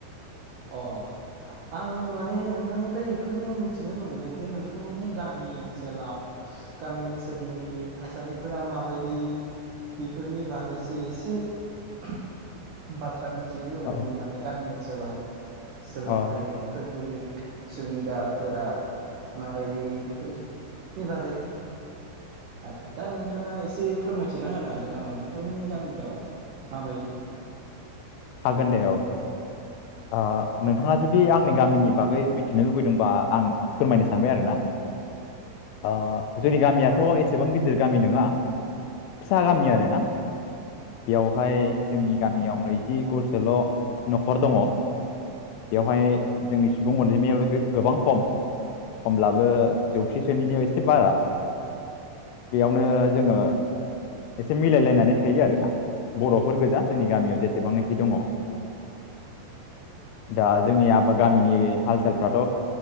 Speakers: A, on the right (about 80°); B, on the left (about 85°).
A: अ आङो माने नोंथांनिफ्राय एखोनो मिथिनो लुबैदों जे नोंथांमोननि गामि ओनसोलाव गामि ओनसोलनि थासारिफोरा माबायदि बेफोरनि बागैसो एसे <unintelligible> बा ख्रा मिथिनो लुगैदोंमोन
B: औ
A: माने गामि ओनसोलाव सोलोंथाइफोरनि
B: औ
A: सुबिदाफोरा माबायदि बेफोरनि बागै आरो दा नोंथाङा एसे फोरमायथिना होनो हागोन नामा नोंथांमोननि गामियाव माबायदि
B: हागोन दे औ ओ नोंथाङा जुदि आंनि गामिनि बागै मिथिनो लुबैदोंबा आं फोरमायनो सानबाय आरोना ओ जोंनि गामियाथ एसेबां गिदिर गामि नोङा फिसा गामि आरोना बेयावहाय जोंनि गामियाव नैजि गरसोल नखर दङ बेवहाय जोंनि सुबुं अनजिमायाबो गो गोबां खम खमब्लाबो जौसेसोनिनो एसे बारा बेयावनो जोङो एसे मिलायलायनानै थायो आरोना बरफोर गोजा जोंनि गामियाव जेसेबांनाखि दङ दा जोंनि आबाद गामिनि हाल सालफ्राथ